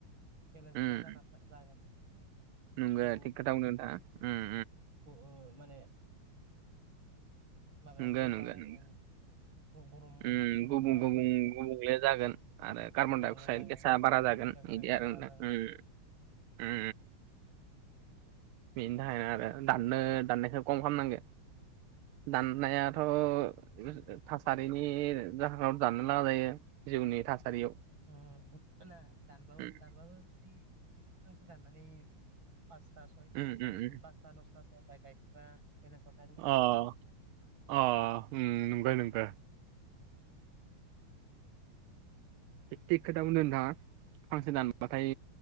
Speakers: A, on the right; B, on the right.
A: बेलेन्स
B: उम
A: गैया जाना जागोन
B: नंगौ
A: गुसु
B: थिग खोथा बुंदों नोंथाङा उम
A: ओ- माने माबायाबो
B: उम नंगौ नंगौ
A: बारायगोन
B: नंगौ
A: गरम
B: उम
A: गरमाबो
B: गुबुं गुबुं
A: बारायगोन
B: गुबुंले जागोन आरो कार्बनडाइ
A: गुबुंले
B: अक्साइद
A: जागोन
B: गेसा बारा
A: कार्बन
B: जागोन
A: डाइ अक्साइड
B: बिदि आरो
A: बारा
B: नोंथां
A: जागोन
B: उ उ बेनि थाखायनो आरो दाननो दाननायखौ खम खालामनांगो दाननायाथ' थासारिनि जाहोनाव दाननो लागा जायो जिउनि थासारियाव।
A: उम दानबाबो
B: उम
A: दानबाबो जुदि फांसे दाननानै पासता सय
B: उम उम उम।
A: पासता दसथासो बाय गायफिनबा <unintelligible>
B: अ' अ' ओम नोंगो नोंगो। थिक खोथा बुंदों नोंथाङा फांसे दानबाथाय